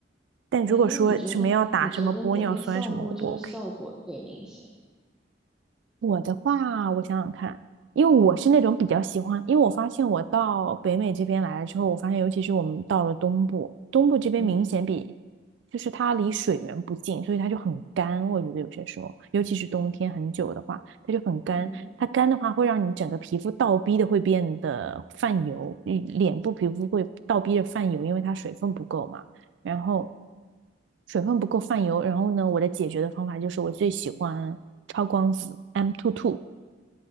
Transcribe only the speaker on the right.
但如果说什么要打什么玻尿酸什么，
我不 OK。我的话，我想想看，因为我是那种比较喜欢，因为我发现我到北美这边来了之后，我发现尤其是我们到了东部，东部这边明显比，
就是它离水源不近，所以它就很干。我觉得有些时候，尤其是冬天很久的话，它就很干。
它干的话，会让你整个皮肤倒逼的会变得泛油，你脸部皮肤会倒逼的泛油，因为它水分不够嘛。然后水分不够泛油，然后呢，我的解决的方法就是我最喜欢超光子 M two two